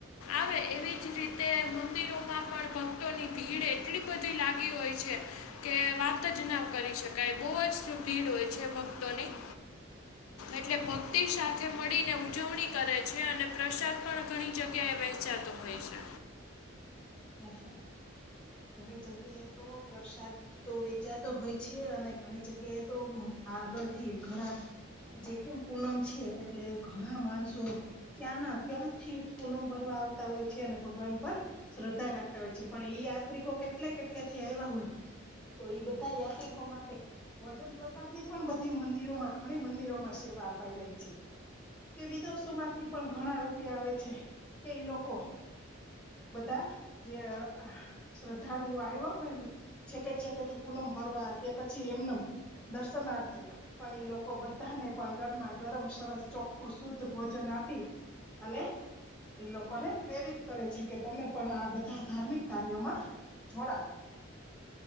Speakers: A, on the left; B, in the centre.
A: આવે એવી જ રીતે તે મંદિરોમાં પણ ભક્તોની ભીડ એટલી બધી લાગી હોય છે. કે વાત જ ના કરી શકાય બહુ જ ભીડ હોય છે ભક્તોની એટલે ભક્તિ સાથે મળીને ઉજવણી કરે છે, અને પ્રસાદ પણ ઘણી જગ્યા વહેચાતો હોય છે.
B: હા હા ઘણી જગ્યાએ તો પ્રસાદ તો વેચાતો હોય છે, અને ઘણી જગ્યાએ તો આગળથી ઘણા જે કેમ પૂનમ છે, એટલે ઘણા માણસો ક્યાં ત્યાંથી પૂનમ ભરવા આવતા હોય છે, અને ભગવાન પર શ્રદ્ધા રાખતા હોય છે પણ ઈ યાત્રિકો કેટલે કેટલે થી આવ્યા હોય. તો એ બધા યાત્રિકો માટે વજન પ્રસાદ ની પણ બધી મંદિરોમાં ઘણી મંદિરોમાં સેવા બાપ રહી છે, કે વિદેશો માંથી પણ ઘણા રૂપિયા આવે છે, કે લોકો બધા જે શ્રદ્ધાળુઓ આવ્યા કોઈ છેટે છેટે થી પૂનમ ભરવા કે પછી એમના દર્શનાર્થે પણ એ લોકો બધાને પણ ગરમા ગરમ સરસ ચોખ્ખું શુદ્ધ ભોજન આપી અને એ લોકોને પ્રેરિત કરે છે, કે તમે પણ આ બધા ધાર્મિક કાર્યોમાં જોડાવ,